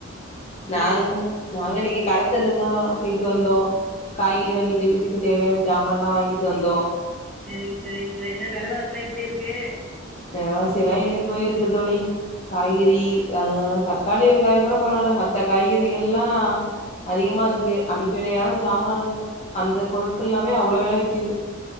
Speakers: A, in the centre; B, on the left.
A: நீர்
B: நாங்க நாங்க இன்னைக்கி கடத்தெருவுக்கு இப்தான் போயிட்டு வந்தோம் காய்கறி
A: சரிங்க
B: வாங்கிட்டு வீட்டுக்கு தேவையான சாமான் எல்லாம் வாங்கிட்டு வந்தோம்
A: செரிங்க செரிங்க செரி என்ன வெலவாசிஎல்லாம் எப்டி இருக்கு
B: வெலவாசி எல்லாம் ஏறி போயிருக்கு தோழி காய்கறி அ தக்காளி வெங்காயம் கூட பரவாயில்ல மத்த காய்கறிகள் எல்லாம் அதிகமா இருக்கு அடிப்படையான சாமானான் அந்த பொருட்கள் எல்லாமே அவ்வளவு வெல விக்குது